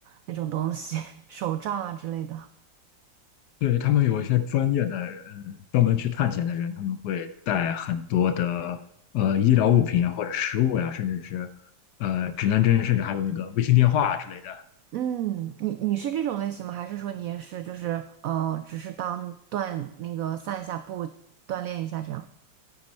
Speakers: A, on the right; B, on the left.
A: 那种东西，<laughs> 手杖啊之类的。
B: 对，他们有一些专业的人，专门去探险的人，他们会带很多的呃医疗物品啊，或者食物呀、甚至是呃指南针，甚至还有那个卫星电话之类的。
A: 嗯，你你是这种类型吗？还是说你也是就是嗯、呃只是当锻那个散一下步，锻炼一下这样？